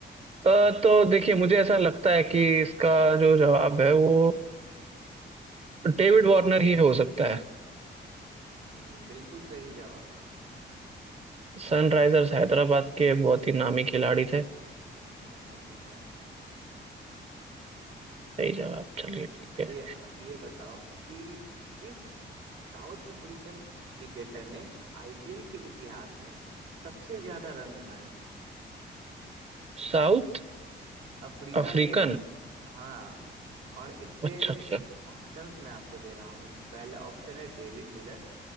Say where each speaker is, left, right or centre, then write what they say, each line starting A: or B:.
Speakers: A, on the right; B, on the right.
A: अ, तो देखिए मुझे ऐसा लगता है कि इसका जो जवाब है वो डेविड वार्नर ही हो सकता है
B: हम्म बिल्कुल सही जवाब
A: सनराइजर्स हैदराबाद के बहुत ही नामी खिलाड़ी थे
B: हम्म वो तो है
A: सही जवाब चलिए ठीक
B: चलिए
A: है
B: आप ये बताओ कि किस साउथ अफ्रीकन क्रिकेटर ने आईपीएल के इतिहास में सबसे ज्यादा रन बनाए हैं
A: South
B: अफ्रीका
A: African
B: के किस हाँ और इसके
A: अच्छा अच्छा
B: ऑप्शंस मैं आपको दे रहा हूँ पहला ऑप्शन है डेविड मिलर